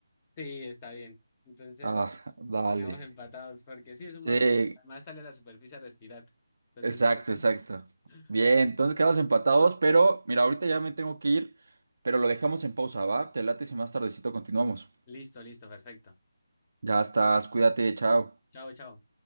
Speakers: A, on the left; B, on the right.
A: Sí, está bien. Entonces,
B: Ah, dale.
A: quedamos empatados, porque sí es un
B: Sí,
A: mamífero. Además, sale a la superficie a respirar. Entonces,
B: exacto,
A: no.
B: exacto.
A: <laughs>
B: Bien, entonces quedamos empatados, pero mira, ahorita ya me tengo que ir, pero lo dejamos en pausa, ¿va? Te late si más tardecito continuamos.
A: Listo, listo, perfecto.
B: Ya estás, cuídate, chao.
A: Chao, chao.